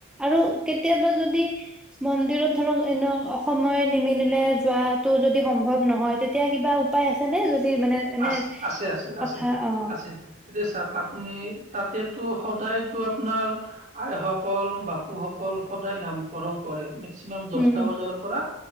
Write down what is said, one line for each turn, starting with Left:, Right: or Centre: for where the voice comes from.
Centre: আৰু কেতিয়াবা যদি মন্দিৰত ধৰক এনে অ সময় নিমিলিলে যোৱাটো যদি সম্ভৱ নহয় তেতিয়া কিবা উপায় আছ ছেনে যদি মানে এনে
Right: আছ আছে আছে আছে
Centre: কথা অ।
Right: আছে এতিয়া চাক আপুনি তাতেতো সদায়তো আপোনাৰ আইসকল, বাপুসকল সদায় নামকৰণ কৰে মে ক্সিমাম দছটা
Centre: উম
Right: বজাৰ পৰা